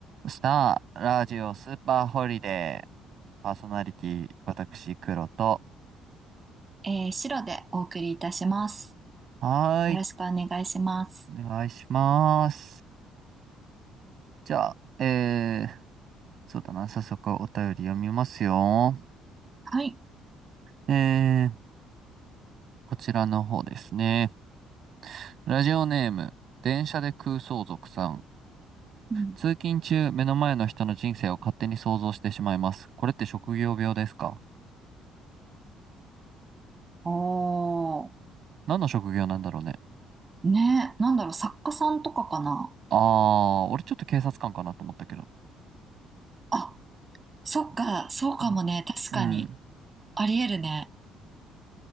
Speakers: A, on the right (about 45°); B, on the right (about 20°).
A: スター、ラジオ、スーパーホリデー、パーソナリティ、私、黒と。
B: えー、白でお送りいたします。
A: はーい、
B: よろしくお願いします。
A: お願いします。じゃあ、えー、そうだな、早速お便り読みますよ。
B: はい。
A: えー、こちらの方ですね。ラジオネーム、電車で空想族さん。
B: うん、
A: 通勤中、目の前の人の人生を勝手に想像してしまいます。これって職業病ですか
B: おー、
A: 何の職業なんだろうね。
B: ね、なんだろう、作家さんとかかな
A: あー、俺ちょっと警察官かなと思ったけど。
B: あ、そっか、そうかもね、
A: うん。
B: 確かに。
A: うん
B: ありえるね。